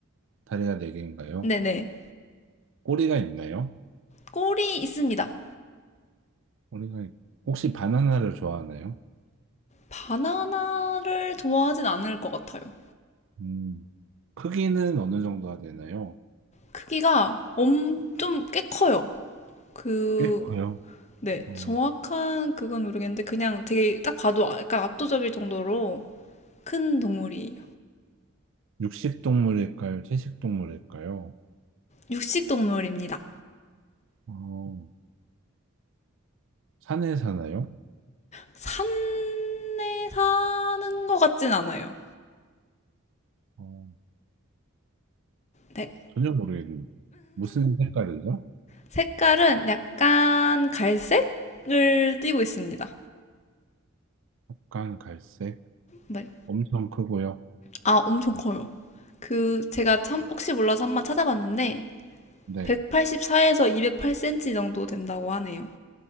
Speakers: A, on the right; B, on the left.
A: 다리가 네 개인가요?
B: 네네.
A: 꼬리가 있나요?
B: 꼬리 있습니다.
A: 꼬리가 있- 혹시 바나나를 좋아하나요?
B: 바나나를 좋아하진 않을 것 같아요.
A: 음, 크기는 어느 정도가 되나요?
B: 크기가 엄, 좀 꽤 커요. 그,
A: 꽤 커요.
B: 네.
A: 어,
B: 정확한 그건 모르겠는데 그냥 되게 딱 봐도 약간 압도적일 정도로 큰 동물이에요.
A: 육식 동물일까요? 채식 동물일까요?
B: 육식 동물입니다.
A: 어, 산에 사나요?
B: 산에 사는 것 같진 않아요.
A: 어,
B: 네.
A: 전혀 모르겠는데. 무슨 색깔이죠?
B: 색깔은 약간 갈색을 띠고 있습니다.
A: 약간 갈색.
B: 네.
A: 엄청 크고요.
B: 아, 엄청
A: 어,
B: 커요. 그, 제가 참, 혹시 몰라서 한번 찾아봤는데,
A: 네.
B: 184에서 208cm 정도 된다고 하네요.